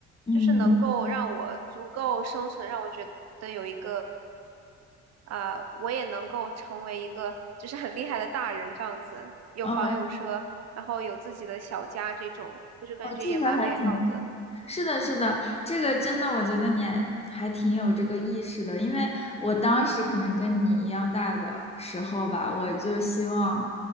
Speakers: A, on the left (about 20°); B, on the right (about 60°).
A: 嗯，
B: 就是能够让我足够生存，让我觉得有一个啊，我也能够成为一个就是很厉害的大人这样子，有房有车，
A: 哦
B: 然后有自己的小家这种，我就感觉也蛮美好的。
A: 哦，这个还挺好，是的，是的，这个真的，我觉得你还还挺有这个意识的，因为我当时可能跟你一样大的时候吧，我就希望，